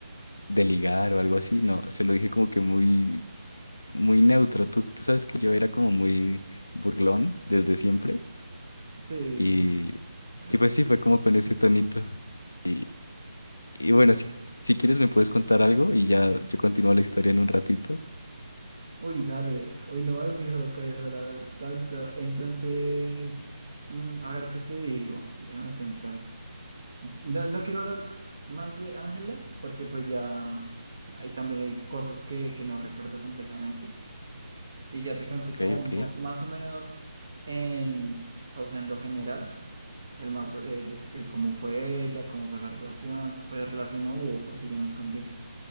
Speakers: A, on the left (about 80°); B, on the right (about 45°).
A: de ligar o algo así, no, se lo dije como que muy, muy neutro. Tú, tú sabes que yo era como muy burlón desde siempre
B: Sí.
A: y,
B: <laughs>
A: y pues sí, fue como con ese tonito. Y, y bueno, si, si quieres me puedes contar algo y ya yo continúo la historia en un ratito.
B: Uy, dale. Hoy no me has fijado que habías hablado tanto. Entonces, mm, a ver, ¿qué te digo? Déjame pensar. No, no quiero hablar más de Ángela, porque pues ya ahí también hay cosas que, que no recuerdo completamente. Y ya te conté
A: Ok,
B: como
A: ok.
B: un poco, más o menos en, o sea, en lo general. El más, el, el cómo fue ella, cómo fue la relación, pues relación no hubo porque yo me escondí,